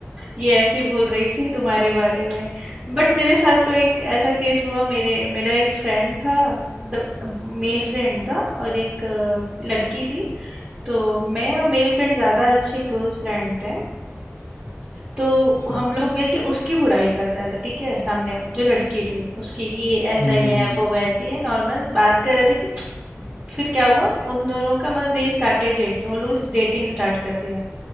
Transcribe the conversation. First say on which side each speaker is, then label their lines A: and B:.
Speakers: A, on the right; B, on the left.
A: ये ऐसी बोल रही थी तुम्हारे बारे में बट मेरे साथ तो एक ऐसा केस हुआ मेरे मेरा एक फ्रेंड था मतलब मेल फ्रेंड था और एक अ, लड़की थी तो मैं और मेरे फ्रेंड ज़्यादा अच्छे क्लोज फ्रेंड थे तो
B: अच्छा
A: हम लोग मिलके उसकी बुराई कर रहे थे ठीक है सामने वा- जो लड़की थी उसकी कि ये ऐसा
B: हम्म
A: ही
B: हम्म
A: है
B: हम्म
A: वो वैसी है नॉर्मल बात कर रहे थे कि फिर क्या हुआ उन दोनों का मतलब दे स्टार्टेड डेटिंग वो लोग डेटिंग स्टार्ट कर दिया